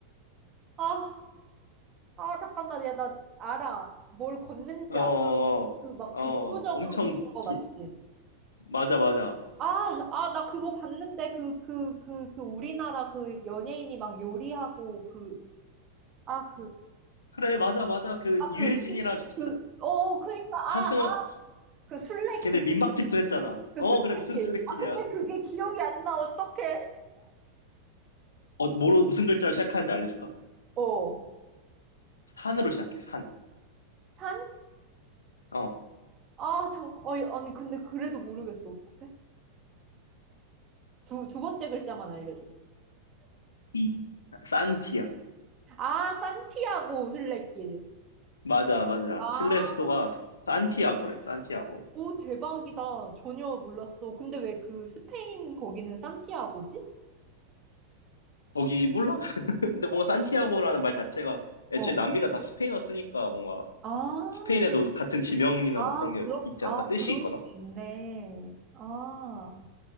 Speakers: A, on the right; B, on the left.
A: 아, 아, 잠깐만. 야, 나 알아. 뭘 걷는지
B: 어,
A: 알아. 그 막
B: 어,
A: 종교적으로
B: 엄청
A: 걷는 거
B: 기,
A: 맞지?
B: 맞아, 맞아.
A: 아, 아, 나 그거 봤는데, 그, 그, 그, 그, 우리나라 그 연예인이 막 요리하고, 그, 아, 그,
B: 그래, 맞아, 맞아. 그,
A: 아,
B: 유해진이랑
A: 그, 술- 그,
B: 차-
A: 어, 그니까, 아,
B: 차승원,
A: 아, 그 술래길,
B: 걔네 민박집도 했잖아.
A: 그
B: 어,
A: 술래길.
B: 그래, 무슨 술래길이야.
A: 아, 근데 그게 기억이 안 나, 어떡해.
B: 어, 뭐로, 무슨 글자로 시작하는지 알려줄까?
A: 어,
B: 산으로 시작해, 산.
A: 산?
B: 어,
A: 아, 참, 어이, 아니, 근데 그래도 모르겠어, 어떡해. 두, 두 번째 글자만 알려줘.
B: 티. 산티야.
A: 아, 산티아고 술래길.
B: 맞아, 맞아.
A: 아,
B: 칠레 수도가 산티아고래, 산티아고.
A: 오, 대박이다. 전혀 몰랐어. 근데 왜 그 스페인 거기는 산티아고지?
B: 거기, 몰라? <laughs> 근데 뭔가 산티아고라는 말 자체가 애초에
A: 어.
B: 남미가 다 스페인어 쓰니까 뭔가
A: 아.
B: 스페인에도 같은 지명이나
A: 아,
B: 뭐 그런 게
A: 그렇,
B: 있지
A: 아,
B: 않을까? 뜻이
A: 그럴
B: 있거나?
A: 수 있네. 아,